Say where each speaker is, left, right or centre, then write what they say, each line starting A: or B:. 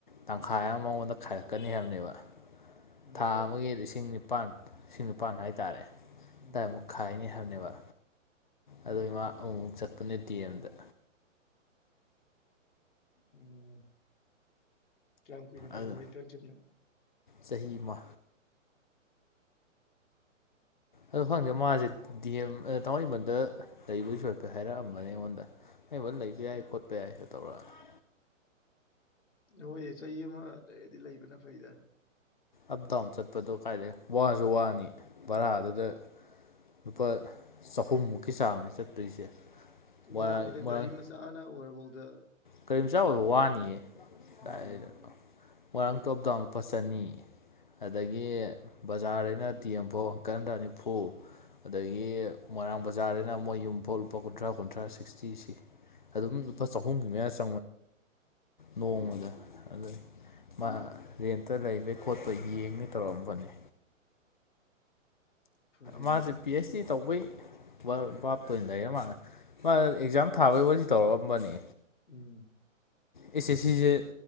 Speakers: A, on the left; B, on the left.
A: ꯇꯪꯈꯥꯏ ꯑꯃ ꯃꯉꯣꯟꯗ ꯈꯥꯏꯔꯛꯀꯅꯤ ꯍꯥꯏꯕꯅꯦꯕꯥ
B: ꯎꯝ
A: ꯊꯥ ꯑꯃꯒꯤ ꯂꯤꯁꯤꯡ ꯅꯤꯄꯥꯜ ꯂꯤꯁꯤꯡ ꯅꯤꯄꯥꯜ ꯍꯥꯏꯇꯥꯔꯦ
B: ꯎꯝ
A: ꯑꯗꯨꯋꯥꯏ ꯃꯨꯛ ꯈꯥꯏꯅꯤ꯫ ꯍꯥꯏꯕꯅꯦꯕ ꯑꯗꯨ ꯏꯃꯥ ꯑꯃꯨꯛꯛ ꯆꯠꯄꯅꯤ ꯗꯤ ꯑꯦꯝꯗ
B: ꯑꯣꯑꯣ ꯀꯌꯥꯝ ꯀꯨꯏꯅ ꯇꯧꯕ
A: ꯑꯗꯨ
B: ꯏꯟꯇꯔꯟꯁꯤꯞꯅꯣ꯫
A: ꯆꯍꯤ ꯑꯃ꯫ ꯑꯗ ꯐꯪꯗꯦ ꯃꯥꯁꯦ ꯗꯤ ꯑꯦꯝ ꯊꯥꯡꯃꯩꯕꯟꯗ ꯂꯩꯕꯗꯨ ꯁꯄ ꯍꯥꯏꯔꯛꯑꯝꯕꯅꯦ ꯑꯩꯉꯣꯟꯗ꯫ ꯑꯩ ꯍ ꯂꯩꯕ ꯌꯥꯏ ꯈꯣꯠꯄ ꯌꯥꯏꯁꯨ ꯇꯧꯔꯛꯑꯅꯤ
B: ꯅꯣꯏ ꯆꯍꯤ ꯑꯃ ꯂꯩꯗꯤ ꯂꯩꯕꯅ ꯐꯩꯗ
A: ꯑꯞ ꯗꯥꯎꯟ ꯆꯠꯄꯗꯣ ꯀꯥꯏꯗꯩ ꯋꯥꯁꯨ
B: ꯎꯝ
A: ꯋꯥꯅꯤ ꯚꯔꯥꯗꯨꯗ ꯂꯨꯄꯥ ꯆꯍꯨꯝꯃꯨꯛꯀꯤ ꯆꯥꯡꯅꯦ ꯆꯠꯇꯣꯏꯁꯦ ꯃꯣꯏꯔꯥꯡ
B: ꯋꯥꯅꯤꯗ
A: ꯃꯣꯏꯔꯥꯡ
B: ꯒꯥꯔꯤ ꯃꯆꯥꯅ ꯑꯣꯏꯔꯐꯥꯎꯗ
A: ꯀꯔꯤꯝꯆꯥ ꯑꯣꯏꯕ ꯋꯥꯅꯤꯌꯦ
B: ꯎꯝ
A: ꯀꯥꯏ ꯃꯣꯏꯔꯥꯡ ꯇꯣꯞ ꯗꯥꯎꯟ ꯂꯨꯄꯥ ꯆꯅꯤ ꯑꯗꯒꯤ ꯕꯖꯥꯔꯗꯩꯅ ꯇꯤ ꯑꯦꯝꯐꯥꯎ ꯍꯀꯗ ꯅꯤꯐꯨ ꯑꯗꯒꯤ ꯃꯣꯏꯔꯥꯡ ꯕꯖꯥꯔꯗꯅ ꯃꯣꯏ ꯌꯨꯝꯐꯥꯎ ꯂꯨꯄꯥ ꯀꯨꯟꯊ꯭ꯔꯥ ꯀꯨꯟꯊ꯭ꯔꯥ ꯁꯤꯛꯁꯇꯤ ꯁꯤ ꯑꯗꯨꯝ
B: ꯎꯝ
A: ꯂꯨꯄꯥ ꯆꯍꯨꯝꯒꯤ ꯃꯌꯥꯁꯤ
B: <inaudible>
A: ꯅꯣꯡꯃꯗ ꯑꯗꯨ ꯃꯥ ꯔꯦꯟꯇ ꯂꯩꯕꯩ ꯈꯣꯠꯄ ꯌꯦꯡꯅꯤ ꯇꯧꯔꯝꯕꯅꯦ
B: <inaudible> ꯐꯔꯦꯅꯦ
A: ꯃꯥꯁꯦ
B: ꯑꯗꯨꯗꯤ
A: ꯄꯤ ꯑꯩꯆ ꯗꯤ ꯇꯧꯕꯩ ꯄꯥꯞꯇꯣꯏꯅ ꯂꯩꯔ ꯃꯥꯜꯂꯦ ꯃꯥ ꯑꯦꯛꯖꯥꯝ ꯊꯥꯕꯒꯤ ꯋꯥꯔꯤꯗꯤ ꯇꯧꯔꯛꯑꯝꯕꯅꯦ
B: ꯎꯝ
A: ꯑꯦꯁꯦ ꯁꯤꯁꯦ